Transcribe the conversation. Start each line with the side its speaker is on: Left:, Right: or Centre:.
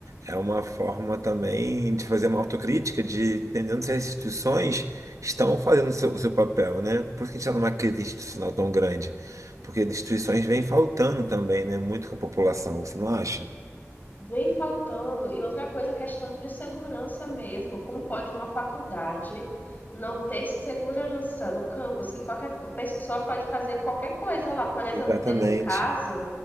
Right: é uma forma também de fazer uma autocrítica, de entendendo se as instituições estão fazendo o seu, o seu papel, né? Por isso que a gente está numa crise institucional tão grande? Porque as instituições vêm faltando também, né? Muito com a população, você não acha?
Left: Vem faltando. E outra coisa, a questão de segurança mesmo. Como pode uma faculdade não ter segurança no campus? Que qualquer pessoa pode fazer qualquer coisa lá. Por exemplo,
Right: Exatamente.
Left: teve um caso,